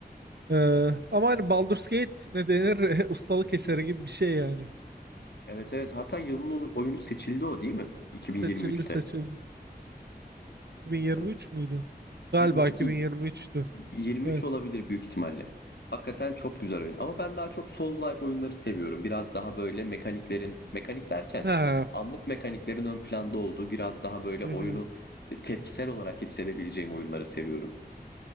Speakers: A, on the right; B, on the left.
A: Ee, ama hani Baldur's Gate ne denir? <laughs> Ustalık eseri gibi bir şey yani.
B: Evet evet hatta yılın oy- oyunu seçildi o değil mi? 2023'te.
A: Seçildi seçildi. 2023
B: Evet.
A: müydü? Galiba
B: Bilmiyorum
A: 2023'tü.
B: ki 23
A: Evet.
B: olabilir büyük ihtimalle. Hakikaten çok güzel oyun. Ama ben daha çok Souls-like oyunları seviyorum. Biraz daha böyle mekaniklerin, mekanik derken
A: Ha,
B: anlık mekaniklerin ön planda olduğu, biraz daha böyle
A: hı
B: oyunu
A: hı.
B: e, tepkisel olarak hissedebileceğim oyunları seviyorum.